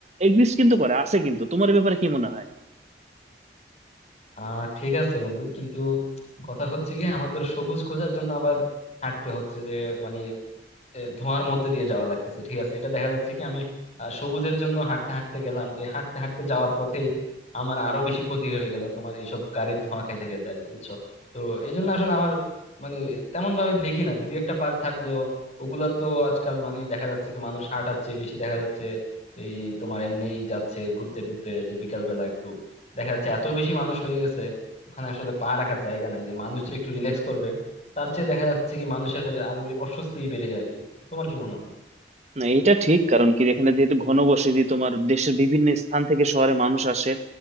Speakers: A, on the right; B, on the left.
A: এক্সিস্ট কিন্তু করে আছে কিন্তু তোমার এ ব্যাপারে কি মনে হয়
B: আহ ঠিক আছে বন্ধু কিন্তু কথা হচ্ছে কি আমাদের সবুজ খোঁজার জন্য আবার হাঁটতে হচ্ছে যে মানে এ, ধোঁয়ার মধ্যে দিয়ে যাওয়া লাগতেছে ঠিক আছে এটা দেখা যাচ্ছে কি আমি আহ, সবুজের জন্য হাঁটতে হাঁটতে গেলাম এই হাঁটতে হাঁটতে যাওয়ার পথেই আমার আরো বেশি ক্ষতি হয়ে গেল তোমার এইসব গাড়ির ধোঁয়া খাইতে খাইতে আর কি বুঝছো তো এই জন্য আসলে আমার মানে তেমন ভাবে দেখি না যে দুই একটা পার্ক থাকলেও ওগুলা তো আজকাল মানে দেখা যাচ্ছে কি মানুষ হাঁটাচ্ছে বেশি দেখা যাচ্ছে এই তোমার এমনিই যাচ্ছে ঘুরতে টুরতে যে বিকাল বেলা একটু দেখা যাচ্ছে এত বেশি মানুষ হয়ে গেছে ওখানে আসলে পা রাখার জায়গা নাই যে মানুষ যে একটু রিল্যাক্স করবে তার চেয়ে দেখা যাচ্ছে কি মানুষের আরো অস্বস্তি বেড়ে যায় তোমার কি মনে হয়
A: না এটা ঠিক কারণ কি এখানে যেহেতু ঘনবসতি তোমার দেশের বিভিন্ন স্থান থেকে শহরে মানুষ আসে